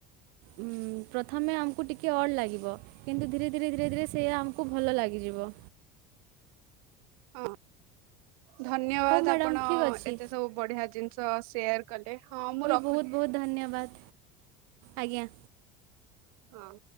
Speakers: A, on the right; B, on the right.
A: ଉଁମ ପ୍ରଥମେ ଆମକୁ ଟିକେ ଅଡ ଲାଗିବ କିନ୍ତୁ ଧୀରେ ଧୀରେ ଧୀରେ ଧୀରେ ସେଇଆ ଆମକୁ ଭଲ ଲାଗିଯିବ।
B: ହଁ। ଧନ୍ୟବାଦ
A: ହଉ ମ୍ୟାଡ଼ାମ୍
B: ଆପଣ
A: ଠିକ୍ ଅଛି
B: ଏତେ ସବୁ ବଢିଆ ଜିନିଷ ସେୟାର କଲେ ହଁ ମୁଁ ର
A: ବହୁତ୍ ବହୁତ୍ ଧନ୍ୟବାଦ୍। ଆଜ୍ଞା।
B: ହଁ।